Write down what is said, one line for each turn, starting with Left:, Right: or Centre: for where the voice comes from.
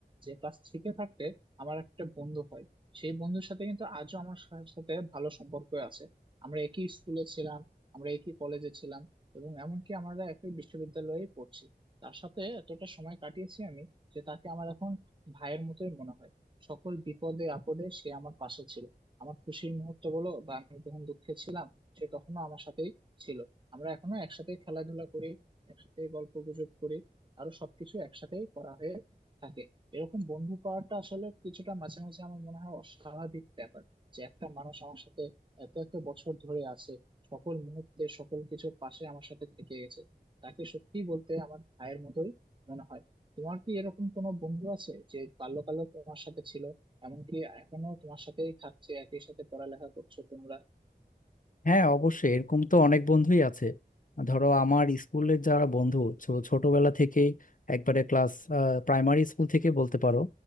Right: যে ক্লাস থ্রিতে থাকতে আমার একটা বন্ধু হয় সেই বন্ধুর সাথে কিন্তু আজও আমার সা- সাথে ভালো সম্পর্ক আছে আমরা একই স্কুলে ছিলাম আমরা একই কলেজে ছিলাম এবং এমনকি আমরা একই বিশ্ববিদ্যালয়ে পড়ছি তার সাথে এতটা সময় কাটিয়েছি আমি যে তাকে আমার এখন ভাইয়ের মতোই মনে হয় সকল বিপদে আপদে সে আমার পাশে ছিল আমার খুশির মুহূর্ত বলো বা আমি যখন দুঃখে ছিলাম সে তখনো আমার সাথেই ছিল আমরা এখনো একসাথে খেলাধুলা করি একসাথে গল্প গুজব করি আরো সবকিছু একসাথেই করা হয়ে থাকে এরকম বন্ধু পাওয়াটা আসলে কিছুটা মাঝে মাঝে আমার মনে হয় অস্বাভাবিক ব্যাপার যে একটা মানুষ আমার সাথে এত এত বছর ধরে আছে সকল মুহূর্তে সকল কিছুর পাশে আমার সাথে থেকে গেছে তাকে সত্যি বলতে আমার ভাইয়ের মতোই মনে হয় তোমার কি এরকম কোনো বন্ধু আছে যে বাল্যকালে তোমার সাথে ছিল এমনকি এখনো তোমার সাথেই থাকছে একই সাথে পড়ালেখা করছো তোমরা
Left: হ্যাঁ অবশ্যই এরকম তো অনেক বন্ধুই আছে ধরো আমার স্কুলের যারা বন্ধু ছো- ছোটবেলা থেকেই একবারে ক্লাস প্রাইমারি স্কুল থেকে বলতে পারো